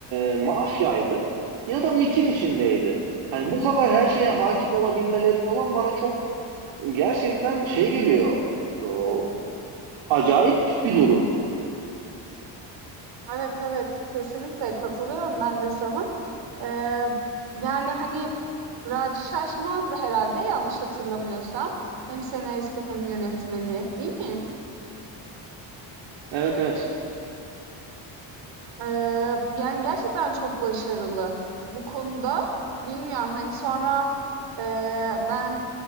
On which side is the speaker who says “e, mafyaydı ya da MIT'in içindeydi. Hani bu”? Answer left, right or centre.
Right